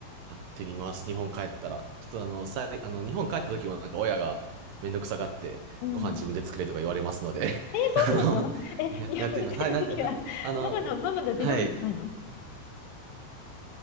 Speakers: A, on the right; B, on the left.
A: やってみます。日本帰ったら。ちょっとあの、さい、あの、日本帰った時はなんか親がめんどくさがって、
B: うん。
A: ご飯自分で作れとか言われますので、
B: えーそうなのえ、
A: <laughs> あの、や、
B: 日本に帰った時は、
A: やってみます。はい、なんかな、あの、
B: ママの、ママの手料理ないの
A: はい。